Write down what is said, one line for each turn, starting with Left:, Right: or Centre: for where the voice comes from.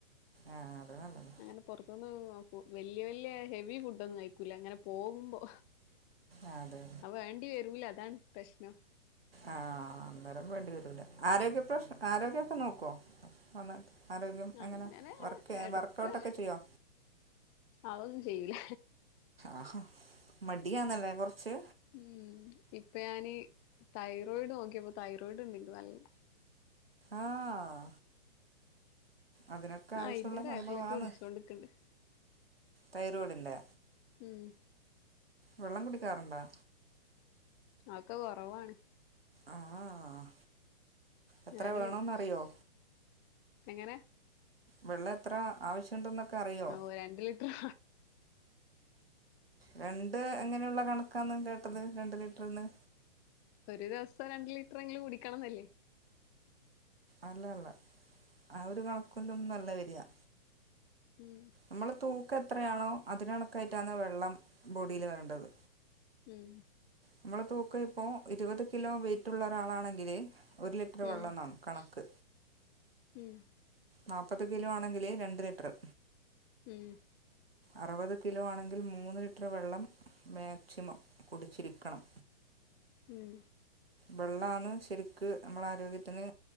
Right: ആഹ് അത് നല്ലതാ
Left: അങ്ങനെ. പൊർത്ത്ന്ന് വല്യ വല്യ ഹെവി ഫുഡൊന്നും കഴിക്കൂല്ല. ഇങ്ങനെ പോവുമ്പോ.
Right: ആഹ് അതെ.
Left: അത് വേണ്ടി വരൂല അതാണ് പ്രശ്നം.
Right: ആഹ് അന്നേരം വേണ്ടി വരൂല. ആരോഗ്യപ്രശ്ന ആരോഗ്യൊക്കെ നോക്കോ നന്നായിട്ട് ആരോഗ്യം
Left: അങ്ങനെ
Right: എങ്ങനെ വർക്ക്
Left: എടക്ക്
Right: വർക്കൗട്ടൊക്കെ ചെയ്യോ?
Left: അതൊന്നും ചെയ്യൂല.
Right: ആഹാ മടിയാന്നല്ലേ കൊറച്ച്.
Left: ഉം ഇപ്പ ഞാന് തൈറോയിഡ് നോക്കിയപ്പോ തൈറോയിഡ് ഇണ്ട് ഇനിക്ക് നല്ലണം
Right: ആഹ്. അതിനൊക്കെ ആവശ്യള്ള
Left: അയിന്റെ ടാബ്ലറ്റ്
Right: സംഭവാന്ന്
Left: കുടിച്ചോണ്ട്ക്ക്ണ്ട്
Right: തൈറോയ്ഡിന്റെ.
Left: ഉം
Right: വെള്ളം കുടിക്കാറ്ണ്ടാ?
Left: ആക്കെ കൊറവാണ്.
Right: ആഹ് ആഹ് എത്ര
Left: ഞാന്
Right: വേണോന്നറിയോ?
Left: എങ്ങനെ?
Right: വെള്ള എത്ര ആവശ്യണ്ട്ന്നൊക്കറിയോ?
Left: ഓ രണ്ട് ലിറ്റർ
Right: രണ്ട് എങ്ങനെയുള്ള കണക്കാന്ന് കേട്ടത് രണ്ട് ലിറ്ററ്ന്ന്
Left: ഒരു ദെവസം രണ്ട് ലിറ്ററെങ്കിലും കുടിക്കണന്നല്ലേ?
Right: അല്ല അല്ല ആ ഒരു കണക്കിലൊന്നു അല്ല വെരാ
Left: ഉം
Right: ഇമ്മളെ തൂക്കെത്രയാണോ അതിന് കണക്കായിറ്റാണ് വെള്ളം ബോഡീല് വേണ്ടത്
Left: ഉം
Right: മ്മളെ തൂക്കയിപ്പോ ഇരുപത് കിലോ വെയിറ്റുള്ളൊരാളാണെങ്കില് ഒരു ലിറ്ററ് വെള്ളണം
Left: ഉം
Right: കണക്ക്
Left: ഉം
Right: നാപ്പത് കിലോ ആണെങ്കില് രണ്ട് ലിറ്ററ്
Left: ഉം
Right: അറുപത് കിലോ ആണെങ്കിൽ മൂന്ന് ലിറ്റർ വെള്ളം മാക്സിമം കുടിച്ചിരിക്കണം.
Left: ഉം
Right: വെള്ളാന്ന് ശെരിക്ക് നമ്മളാരോഗ്യത്തിന്